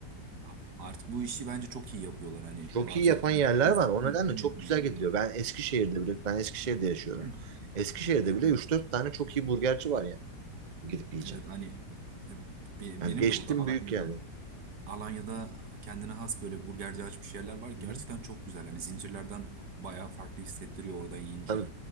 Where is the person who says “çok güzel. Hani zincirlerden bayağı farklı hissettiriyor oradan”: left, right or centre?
Right